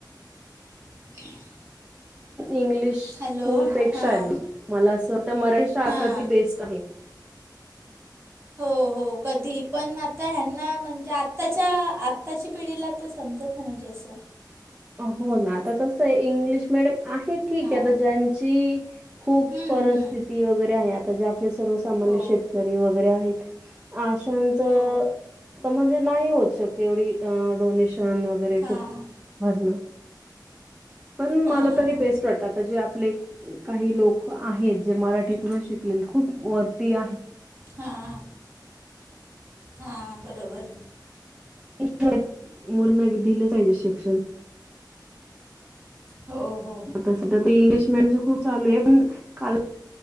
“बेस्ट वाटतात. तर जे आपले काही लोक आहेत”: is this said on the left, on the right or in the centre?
Right